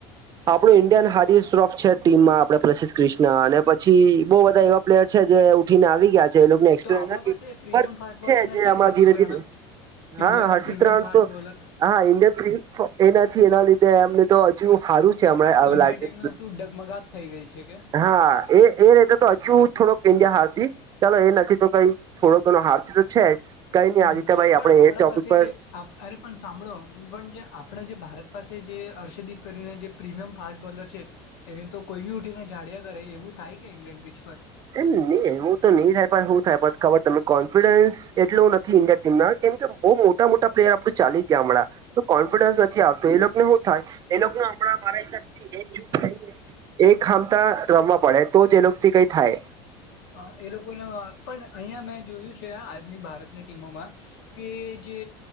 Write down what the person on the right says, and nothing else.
આપણું ઇન્ડિયન હ શ્રોફ છે ટીમમાં આપણે પ્રસિદ્ધ ક્રિષ્ના અને પછી બહુ બધા એવા પ્લેર છે જે ઉઠીને આવી ગયા છે એને એક્સપિરયન્સ
છે,
જેમાં
ધીરે ધીરે
હા
હર્ષિત
રાણ
તો
હા ઇન્ડિયન એ નથી એના લીધે એમને સારું છે હમણાં
લાગે,
હા એ ર તો તો હજુ થોડોક ઈન્ડિયા હારતી ચાલો એ નથી તો કઈ થોડોક એ હારતી તો છે જ. કઈ નહી
આદિત્યભાઈ
આપડે
એ ટોપિક
પર
એજ ને નીયે હું તો નહીં થાય હું થાય પથ ખબર તમને કોન્ફિડન્સ એટલું નથી ઇન્ડિયા ટીમ ના કેમ કે બઉ મોટા મોટા પ્લેયર આપડું ચાલી ગયા હણાં. તો કોન્ફિડન્સ નથી આવતો એ લોકને હું થાય, એ લોકને હમણાં મારા હિસાબ થી એકજૂટ થઈને એ ખામતા રમવા પડે તો તે લોકથી કઈ થાય.